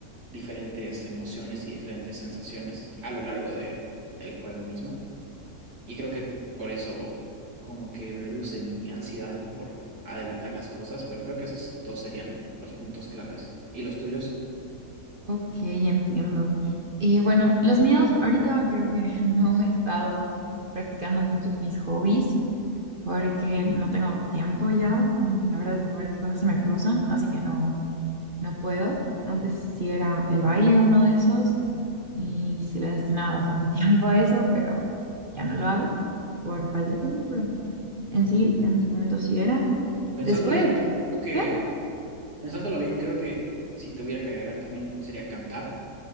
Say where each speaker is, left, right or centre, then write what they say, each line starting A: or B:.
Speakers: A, on the right (about 90°); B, on the right (about 35°).
A: diferentes emociones y diferentes sensaciones a lo largo de el juego mismo. Y creo que por eso como que reduce mi ansiedad por adelantar las cosas, pero creo que esos dos serían los puntos claves. ¿Y los tuyos?
B: Ok, entiendo. Y bueno, los míos, ahorita creo que <laughs> no he estado practicando mucho mis hobbies porque no tengo tiempo ya. Um, La verdad es de que varias cosas se me cruzan, así que no, no puedo. Antes sí era el baile uno de esos y sí le destinaba bastante <laughs> tiempo a eso, pero ya no lo hago por falta de tiempo, pero en sí, en su momento sí era.
A: Pensándolo
B: Después,
A: bien, creo que
B: ¿qué?
A: pensándolo bien, creo que si tuviera que agregar también sería cantar,